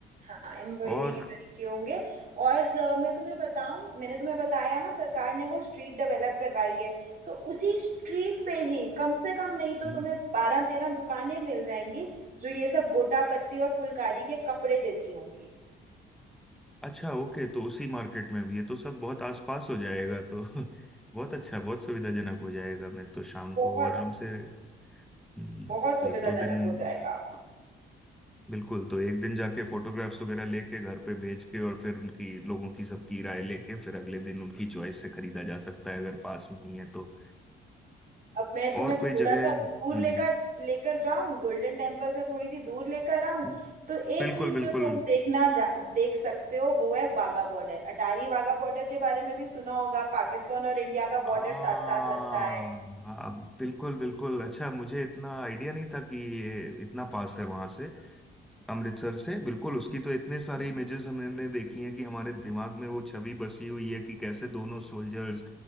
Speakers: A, on the right; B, in the centre.
A: हाँ एम्ब्रॉयडरी
B: और
A: के तरीके होंगे और अ, मैं तुम्हें बताऊं मैंने तुम्हें बताया ना सरकार ने वो स्ट्रीट डेवलप करवाई है तो उसी स्ट्रीट पे ही कम से कम नहीं तो
B: हम्म।
A: तुम्हें बारह तेरह दुकानें मिल जाएंगी जो ये सब गोटा पत्ती और फुलकारी के कपड़े देती होंगी
B: अच्छा ओके तो उसी मार्केट में ये तो सब बहुत आसपास हो जाएगा तो <laughs> बहुत अच्छा बहुत सुविधाजनक हो जाएगा मैं तो शाम
A: बहुत
B: को आराम से हम्म,
A: बहुत सुविधाजनक
B: एक दो दिन
A: हो जाएगा
B: बिल्कुल तो एक दिन जाके फोटोग्राफ्स वगैरह लेके घर पे भेज के और फिर उनकी लोगों की सबकी राय लेके फिर अगले दिन उनकी चॉइस से खरीदा जा सकता है अगर पास में ही है तो
A: अब मैं तुम्हें
B: और
A: थोड़ा
B: कोई जगह
A: सा दूर
B: हम्म
A: लेकर लेकर जाऊं गोल्डन टेम्पल से थोड़ी सी दूर लेकर आऊं
B: हम्म,
A: तो एक
B: बिल्कुल
A: चीज
B: बिल्कुल
A: जो तुम देखना जा, देख सकते हो वो है वाघा बॉर्डर अटारी वाघा बॉर्डर के बारे में भी सुना होगा पाकिस्तान और इंडिया का
B: आ,
A: बॉर्डर
B: आ,
A: साथ साथ लगता है
B: बिल्कुल बिल्कुल अच्छा मुझे इतना आइडिया नहीं था कि ये इतना पास है वहां से अमृतसर से बिल्कुल उसकी तो इतने सारे इमेजेस हमने देखी हैं कि हमारे दिमाग में वो छवि बसी हुई है कि कैसे दोनों सोल्जर्स